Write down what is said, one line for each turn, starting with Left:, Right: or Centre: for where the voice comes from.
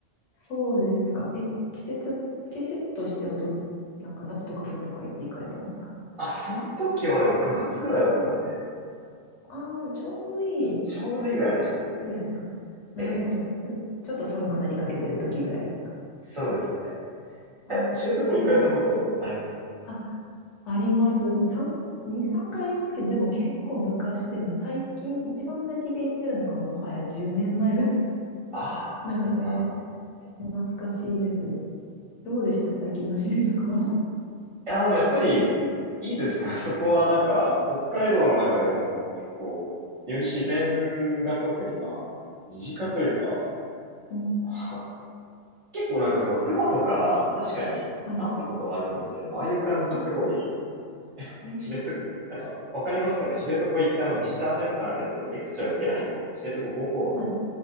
Left: そうですか。え、季節、季節としてはど、なんか夏とか冬とかいつ行かれたんですか
Right: あ、その時はでも9月ぐらいだったんで、
Left: ああー、ちょうどいい
Right: ちょうどいいぐらいまでしたね。
Left: ぐらいですかね。なるほど。
Right: ええ、
Left: うんちょっと寒くなりかけてる時ぐらいですか。
Right: そうですね。
Left: あー、
Right: え、知床行かれたことありますか
Left: ええですね。あ、あります。3、2、3回ありますけど、でも結構昔でも最近、一番最近で行ってるのがもはや10年前ぐらい
Right: ああ、
Left: なので、
Right: なるほど、なるほど。えい
Left: もう懐かしいです。どうでした最近のシリーズは。
Right: やー、でもやっぱり、いいですね。<laughs> あそこはなんか、北海道の中でも結構、より自然が特にまあ、身近というか、
Left: <laughs> うん。
Right: まあ結構なんかその熊とか、確かに会ったことはあるんですけど、
Left: はい。
Right: ああいう感じですごい、
Left: あ、そう。ええ
Right: 知床、なんか、わかりますかね知床行ってあのビジターセンターみたいなところでレクチャー受けないと、知床5校の
Left: はい。